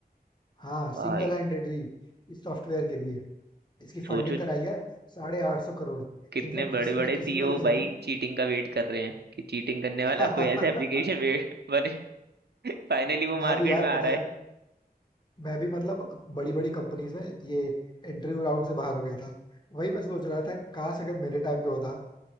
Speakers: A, on the left; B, on the right.
A: हाँ सिंगल
B: भाई
A: हैंडेडली इस सॉफ्टवेयर के लिए इसकी
B: सोचो
A: फंडिंग कराई है साढ़े आठ सौ करोड़
B: कितने
A: इनफैक्ट
B: बड़े
A: इसी
B: बड़े
A: की
B: सीईओ
A: इसी वजह
B: भाई
A: से ना
B: चीटिंग का वेट कर रहे हैं कि चीटिंग करने
A: <laughs>
B: वाला कोई ऐसा एप्लीकेशन वेट <laughs> बने फाइनली वो मार्केट
A: मैं भी यार
B: में आ
A: पता है मैं भी मतलब बड़ी बड़ी कंपनीज में ये इंटरव्यू राउंड से बाहर हो गया था वही मैं सोच रहा था काश अगर मेरे टाइम पे होता